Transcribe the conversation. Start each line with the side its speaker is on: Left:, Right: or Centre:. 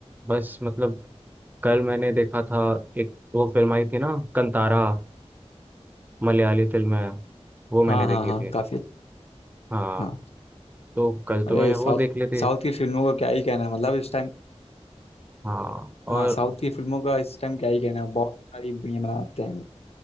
Right: बस मतलब कल मैंने देखा था एक वो फिल्म आई थी ना कंतारा मलयाली फिल्म है वो मैंने
Left: हाँ
Right: देखी
Left: हाँ हाँ
Right: थी
Left: काफी
Right: हाँ
Left: अच्छा। हाँ
Right: तो कल तो
Left: अरे
Right: मैंने वो
Left: साउथ
Right: देख ली थी
Left: साउथ की फिल्मों का क्या ही कहना है मतलब इस टाइम
Right: हाँ और
Left: हाँ साउथ की फिल्मों का इस टाइम क्या ही कहना है बहुत सारी बढ़िया बनाते हैं